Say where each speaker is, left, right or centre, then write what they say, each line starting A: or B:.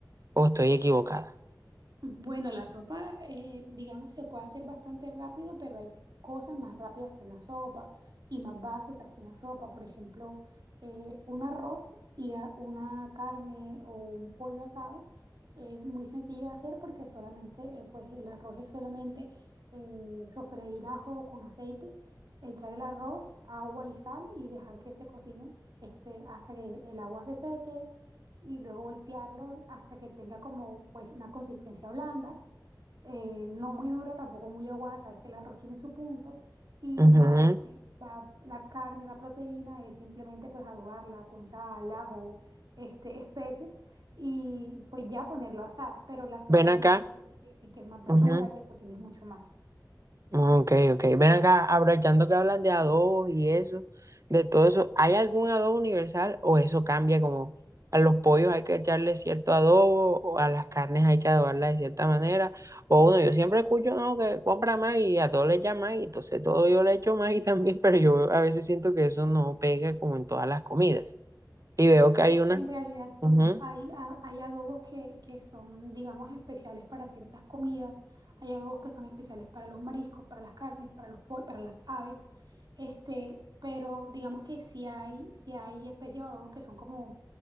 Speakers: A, on the right; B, on the right.
A: O estoy equivocada.
B: Bueno, la sopa, eh, digamos, se puede hacer bastante rápido, pero hay cosas más rápidas que una sopa y más básicas que una sopa. Por ejemplo, eh, un arroz y a- una carne o un pollo asado es muy sencillo de hacer porque solamente, eh, pues el arroz es solamente eh, sofreír ajo con aceite, echar el arroz, agua y sal y dejar que se cocine este, hasta que el agua se seque y luego voltearlo hasta que tenga como pues una consistencia blanda, eh, no muy dura, tampoco muy aguada, sabes que el arroz tiene su punto y
A: Ujú.
B: la, pues, la, la carne, la proteína es simplemente pues adobarla con sal, ajo, este, especias y pues ya ponerlo a asar, pero la sopa
A: Ven acá.
B: sí requiere que piques más verdura,
A: Ujú.
B: que cocines mucho más.
A: Ok, ok. Ven acá, aprovechando que hablas de adobos y eso, de todo eso, ¿hay algún adobo universal o eso cambia como a los pollos hay que echarle cierto adobo o a las carnes hay que adobarlas de cierta manera? O uno, yo siempre escucho, no, que compra más y a todo le echa más y entonces todo yo le echo más y <laughs> también, pero yo a veces siento que eso no pega como en todas las comidas. Y veo
B: Sí,
A: que hay una...
B: en realidad
A: ujú,
B: sí. Hay, a- hay adobos que, que son, digamos, especiales para ciertas comidas. Hay adobos que son especiales para los mariscos, para las carnes, para los po- para las aves. Este, pero digamos que sí hay, sí hay especies de adobos que son como